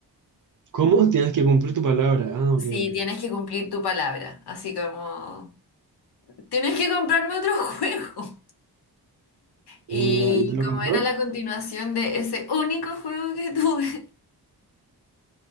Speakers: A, on the right; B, on the left.
A: ¿Cómo? Tienes que cumplir tu palabra. Ah, ok,
B: Sí,
A: ok.
B: tienes que cumplir tu palabra. Así como, tienes que comprarme otro <laughs> juego.
A: Mm,
B: Y
A: Ya, ¿y te lo
B: como
A: compró?
B: era la continuación de ese único juego que tuve.